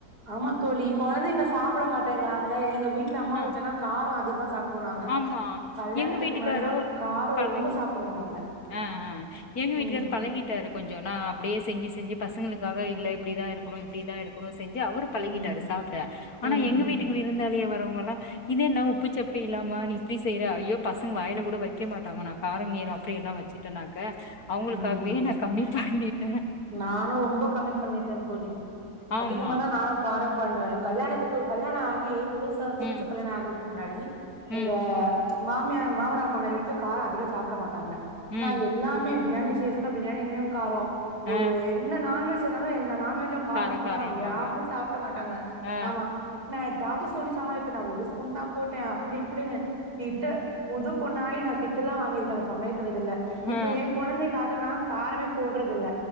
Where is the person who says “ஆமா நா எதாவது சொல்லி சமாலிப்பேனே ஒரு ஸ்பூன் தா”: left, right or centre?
Right